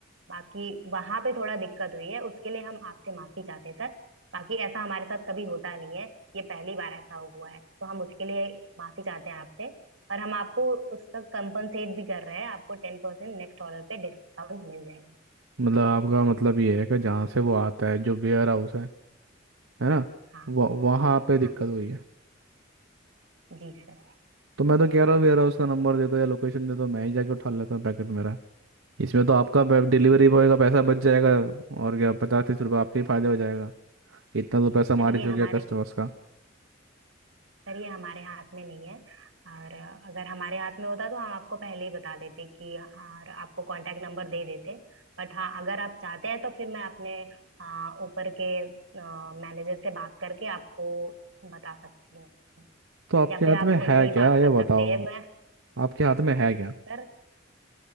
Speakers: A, on the right; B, on the right.
A: बाकी वहां पे थोड़ा दिक्कत हुई है उसके लिए हम आपसे माफी चाहते हैं सर बाकी ऐसा हमारे साथ कभी होता नहीं है ये पहली बार ऐसा हुआ है तो हम उसके लिए माफी चाहते हैं आपसे और हम आपको उसका कंपनसेट भी कर रहे हैं आपको टेन परसेंट नेक्स्ट ऑर्डर पे डिस्काउंट मिल जाएगा
B: मतलब आपका मतलब ये है कि जहाँ से वो आता है जो वेयर हाउस है है ना
A: हाँ
B: वह वहाँ पे दिक्कत
A: हाँ
B: हुई है
A: जी सर
B: तो मैं तो कह रहा हूँ वेयर हाउस का नंबर दे दो या लोकेशन दे दो मैं ही जाके उठा लेता हूँ पैकेट मेरा इसमें तो आपका डिलीवरी बॉय का पैसा बच जाएगा और क्या पचास तीस रुपये आपके ही फायदे हो जाएगा इतना तो पैसा मार
A: सर
B: ही
A: ये
B: चुके
A: हमारे
B: कस्टमर्स का
A: सर ये हमारे हाथ में नहीं है और अगर हमारे हाथ में होता तो हम आपको पहले ही बता देते कि और आपको कांटेक्ट नंबर दे देते बट हाँ अगर आप चाहते हैं तो फिर मैं अपने अ, ऊपर के मैनेजर से बात करके आपको बता सकती हूँ
B: तो आपके
A: या फिर
B: हाथ
A: आप
B: में
A: उनसे
B: है
A: ही
B: क्या
A: बात
B: ये
A: कर सकते
B: बताओ
A: हैं मैं
B: आपके हाथ में है क्या
A: सर